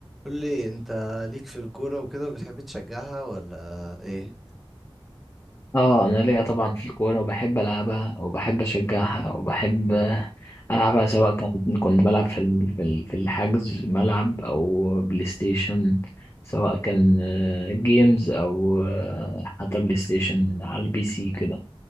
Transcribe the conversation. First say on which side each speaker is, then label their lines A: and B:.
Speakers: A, in the centre; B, on the left.
A: قول لي انت ليك في الكورة وكده وبتحب تشجعها ولا ايه
B: اه انا ليا طبعا في الكوره وبحب العبها وبحب اشجعها وبحب آه، العبها سواء كان كنت بلعب في الم- في ال- في الحجز ملعب او بلاي ستيشن سواء كان جيمز او آه، حتى بلاي ستيشن على البي سي كده